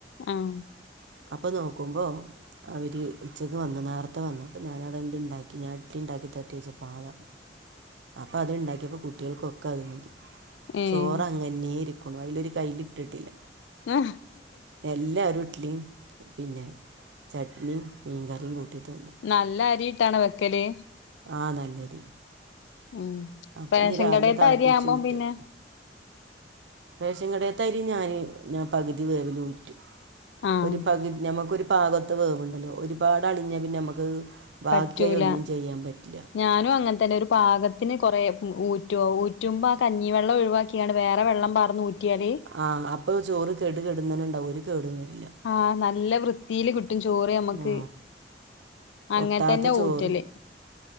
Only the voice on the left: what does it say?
ആഹ്
ഏഹ്
ഹോ.
നല്ല അരിയിട്ടാണോ വെക്കല്?
ഉം.
റേഷൻ
കടേത്തെ
അരിയാവുമ്പം
പിന്നെ.
ആഹ്
പറ്റൂല
ഞാനും അങ്ങനെ തന്നെ ഒരു പാകത്തിന് കൊറെ ഊറ്റു ഊറ്റുമ്പോ ആഹ് കഞ്ഞിവെള്ളം ഒഴിവാക്കി. ക്കെയാണ് വേറെ വെള്ളം പാർന്നു ഊറ്റിയാല്.
ആഹ് നല്ല വൃത്തിൽ കി ട്ടും ചോറ് ഞമ്മക്ക്
അങ്ങൻത്തന്നെ
ഊറ്റല്.